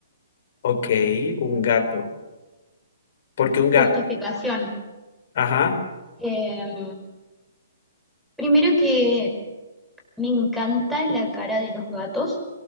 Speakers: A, on the left (about 50°); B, in the centre.
A: Ok, un gato. ¿Por qué un gato?
B: Justificación.
A: Ajá.
B: Em, primero que Me encanta la cara de los gatos,